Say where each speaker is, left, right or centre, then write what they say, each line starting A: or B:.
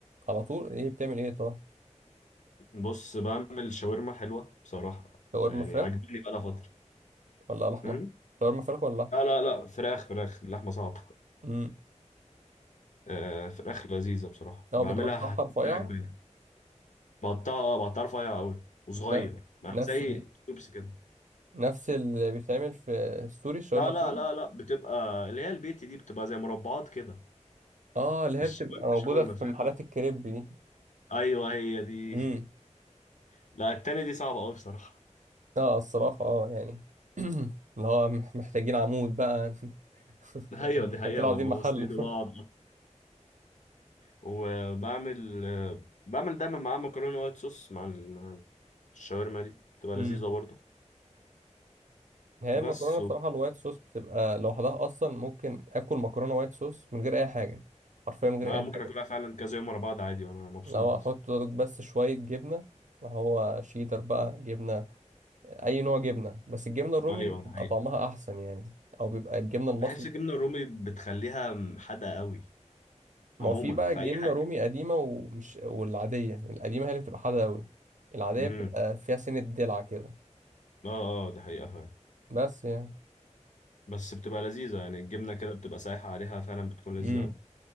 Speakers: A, on the right; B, on the left.
A: على طول ايه بتعمل ايه طب
B: بص بعمل شاورما حلوه بصراحه
A: شاورما
B: يعني
A: فراخ
B: عاجبني بقالها فتره
A: ولا على احمر
B: امم
A: شاورما فراخ ولا لحمه
B: لا لا لا فراخ فراخ اللحمه صعبه
A: امم
B: آه فراخ لذيذه بصراحه
A: اه
B: بعملها
A: بتقطعها رفيع
B: عجباني بقطعها اه بقطعها رفيع قوي وصغير
A: ن-
B: يعني
A: نفس
B: زي
A: ال...
B: توبس كده
A: نفس اللي بيتعمل في السوري الشاورما
B: لا
A: السوري
B: لا لا لا بتبقى اللي هي البيت دي بتبقى زي مربعات كده
A: اه اللي
B: مش
A: هي بتبقى
B: شاورما
A: موجوده
B: شاورما
A: في
B: فاهم
A: محلات
B: قصدي؟
A: الكريب دي
B: ايوه هي دي
A: امم
B: لا التانية دي صعبه قوي بصراحه
A: اه الصراحه اه يعني <coughs> <clears throat> اللي هو مح- محتاجين عمود بقى <laughs>
B: <laughs> ايوه
A: احنا
B: دي حقيقه
A: كده عاوزين
B: واسنده
A: محل <laughs>
B: بقى وبعمل آه، بعمل دايما معاه مكرونة وايت صوص مع ال- مع الشاورما دي بتبقى
A: امم
B: لذيذة برضه
A: هي المكرونه
B: بس
A: بصراحه
B: و...
A: الوايت صوص بتبقى لوحدها اصلا ممكن اكل مكرونه وايت صوص من غير اي حاجه حرفيا من غير
B: آه،
A: اي
B: ممكن
A: حاجه
B: اكلها فعلا كذا يوم ورا بعض عادي وانا مبسوط
A: لو احط بس شويه جبنه ما هو شيدر بقى جبنه اي نوع جبنه بس الجبنه الرومي
B: ايوه
A: بتبقى
B: الحقيقة
A: طعمها احسن يعني او بيبقى الجبنه المصري
B: بحس الجبنة الرومي بتخليها حادقة قوي
A: ما
B: عموما
A: هو في بقى
B: في
A: الجبنه
B: اي حاجة
A: رومي قديمه ومش والعاديه القديمه هي اللي بتبقى حادقه قوي العاديه
B: امم
A: بتبقى فيها سنه دلع كده
B: اه اه ده حقيقة فعلا
A: بس يعني
B: بس بتبقى لذيذة يعني الجبنة كده بتبقى سايحة عليها فعلا بتكون لذيذة
A: امم
B: قوي